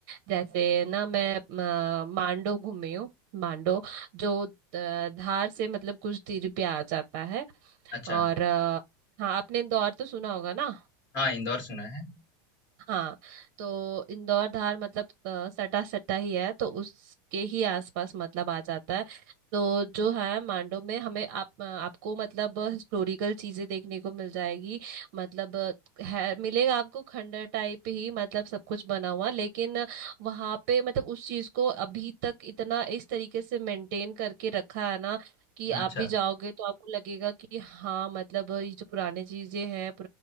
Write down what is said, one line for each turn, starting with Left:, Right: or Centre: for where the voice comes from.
Right: जैसे ना मैं अ, मांडो घूमी हूँ मांडो जो अ, धार से मतलब कुछ दूरी पे आ जाता है
Left: अच्छा
Right: और अ, हाँ आपने इंदौर तो सुना होगा ना
Left: हाँ इंदौर सुना है
Right: हाँ तो इंदौर धार मतलब अ, सटा सटा ही है तो उसके ही आसपास मतलब आ जाता है तो जो है मांडव में हमें आप अ, आपको मतलब हिस्टोरिकल चीजें देखने को मिल जाएगी मतलब अ, है मिलेगा आपको खंडर टाइप ही मतलब सब कुछ बना हुआ लेकिन वहां पे मतलब उस चीज को अभी तक इतना इस तरीके से मेंटेन करके रखा है ना कि
Left: अच्छा
Right: आप भी जाओगे तो आपको लगेगा कि हाँ मतलब ये जो पुराने चीजें हैं